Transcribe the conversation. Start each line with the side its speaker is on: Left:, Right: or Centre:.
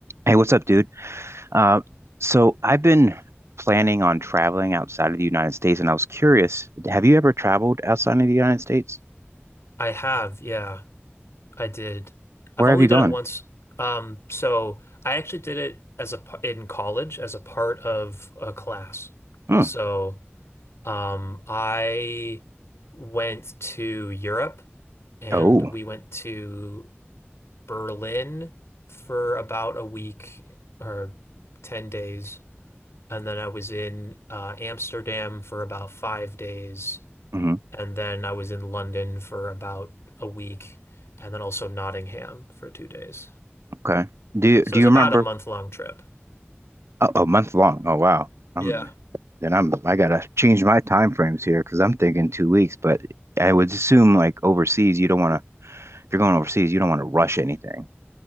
Right: Hey, what's up, dude? Uh, so I've been planning on traveling outside of the United States, and I was curious, have you ever traveled outside of the United States?
Left: I have, yeah, I did. I've
Right: Where
Left: only
Right: have you
Left: done
Right: gone?
Left: it once. Um, so I actually did it as a par- in college as a part of a class.
Right: Hmm.
Left: So um, I went to Europe and
Right: Oh,
Left: we went to Berlin for about a week or 10 days. And then I was in uh, Amsterdam for about five days.
Right: hmm
Left: And then I was in London for about a week and then also Nottingham for two days.
Right: Okay. Do you,
Left: So
Right: do
Left: it was
Right: you
Left: about
Right: remember?
Left: a month long trip.
Right: Oh, a month long. Oh, wow. I'm,
Left: Yeah.
Right: then I'm I gotta change my time frames here because I'm thinking two weeks, but I would assume like overseas, you don't want to. If you're going overseas, you don't want to rush anything.